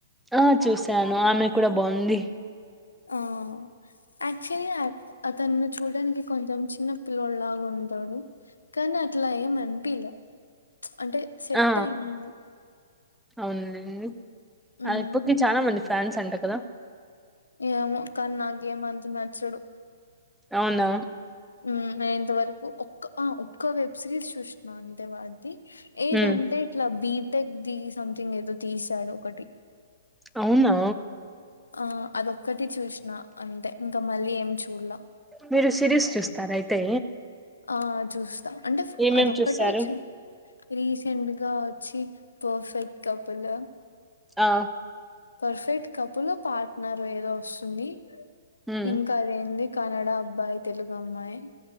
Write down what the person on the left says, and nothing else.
ఆ యాక్చువల్లా అతన్ను చూడ్డానికి కొంచెం చిన్న పిల్లోడ్ లాగున్ టడు కనీ అట్లా ఏం అనిపీలె అంటే సెట్
అయింది
మ్మ్
ఏమో కానీ నాకేం అంత నచ్చడు
హూమ్ నే ఇంతవరకు ఒక్క ఆ ఒక్క వెబ్ సిరీస్ చూశ్న అంతే వాడ్ది ఏదంటే
ఇట్ల బీటెక్ ది సంథింగ్ ఏదో తీసాడు ఒకటి
ఆ అదొక్కటి చూసినా అంటే ఇంకా మళ్ళీ ఏం చూడ్లా
ఆ చూస్తా అంటే
అదొక్కటే
చూ రీసెంట్ గా వచ్చి పర్ఫెక్ట్ కప్ పులు
పర్ఫెక్ట్ కపుల పార్ట్నర్ ఏదో వస్తుంది
ఇంకా అదేంది కనడ అబ్బాయ్ తెలుగు అమ్మాయ్